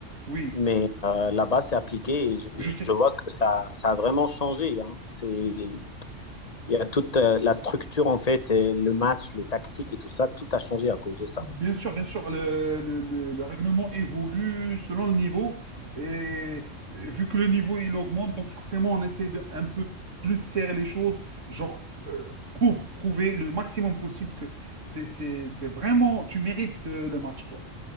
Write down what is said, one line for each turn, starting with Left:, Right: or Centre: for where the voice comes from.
Right: Oui,
Left: Mais euh, là-bas, c'est appliqué et je, je-
Right: je sais.
Left: je vois que ça, ça a vraiment changé. hein. C'est, il y a toute euh, la structure, en fait, et le match, les tactiques et tout ça, tout a changé à cause de ça.
Right: Bien sûr, bien sûr, le, le- le- le règlement évolue selon le niveau. Et euh, vu que le niveau il augmente, donc forcément on essaye de un peu plus serrer les choses, genre euh, prouve- prouver le maximum possible que c'est c'est- c'est vraiment, tu mérites euh, le match, quoi.